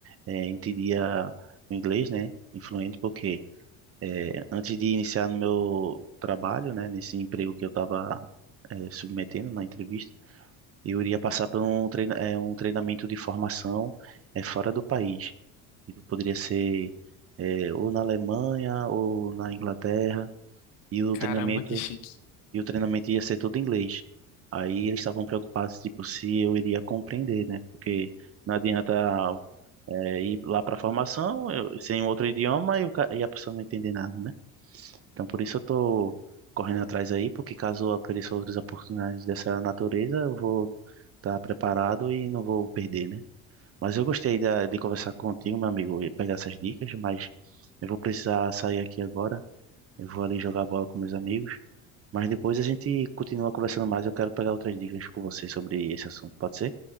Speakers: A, on the right (about 40°); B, on the left (about 80°).
A: eh, entendia o inglês, né, influente, porque eh, antes de iniciar no meu trabalho, né, nesse emprego que eu estava submetendo na entrevista, eu iria passar por um, treina, eh, um treinamento de formação eh, fora do país. Ele poderia ser eh, ou na Alemanha ou na Inglaterra. E o
B: Caramba,
A: treinamento
B: que chique.
A: e o treinamento ia ser todo em inglês. Aí eles estavam preocupados, tipo, se eu iria compreender, né? Porque não adianta é, ir lá para a formação eu- sem um outro idioma e, o ca- e a pessoa não entender nada, né? Então por isso eu tô correndo atrás aí, porque caso apareçam outras oportunidades dessa natureza, eu vou estar preparado e não vou perder, né? Mas eu gostei da, de conversar contigo, meu amigo, e pegar essas dicas, mas eu vou precisar sair aqui agora. Eu vou ali jogar bola com meus amigos. Mas depois a gente continua conversando mais. Eu quero pegar outras dicas com você sobre esse assunto. Pode ser?